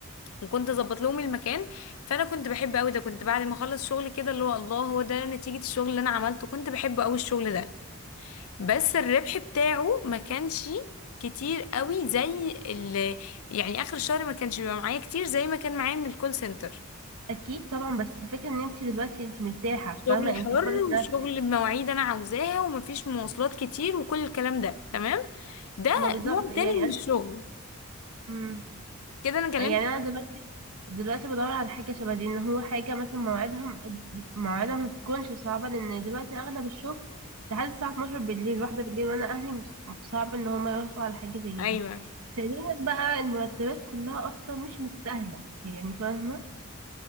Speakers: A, on the left (about 75°); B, on the right (about 85°).
A: وكنت اظبط لهم المكان فانا كنت بحب قوي ده كنت بعد ما اخلص شغل كده اللي هو الله هو ده نتيجه الشغل اللي انا عملته كنت بحب قوي الشغل ده بس الربح بتاعه ما كانش كتير قوي زي اللي يعني اخر الشهر ما كانش بيبقى معايا كتير زي ما كان معايا من الكول سنتر
B: اكيد طبعا بس الفكره ان انت دلوقتي انت مرتاحه
A: شغل
B: فاهمه انت
A: حر
B: حره نفسك
A: وشغل بمواعيد انا عاوزاها ومفيش مواصلات كتير وكل الكلام ده تمام ده
B: ما بالظبط
A: نوع
B: يعني
A: تاني من
B: انا
A: الشغل
B: مم.
A: كده انا كلمت
B: يعني انا دلوقتي دلوقتي بدور على حاجه شبه دي ان هو حاجه مثلا مواعيدها م- مواعيدها ما تكونش صعبه لان دلوقتي اغلب الشغل لحد الساعه 12 بالليل واحده بالليل وانا اهلي مس- صعب ان هم يوافقوا على حاجه زي
A: ايوه
B: دي ثانيا بقى المرتبات كلها اصلا مش مستاهله يعني فاهمه